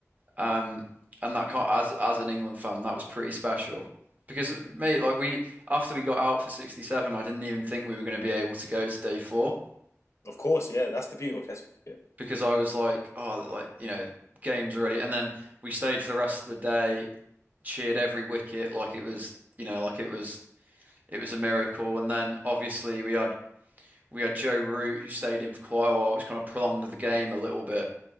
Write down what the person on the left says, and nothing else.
Of course, yeah, that's the beauty of Test cricket.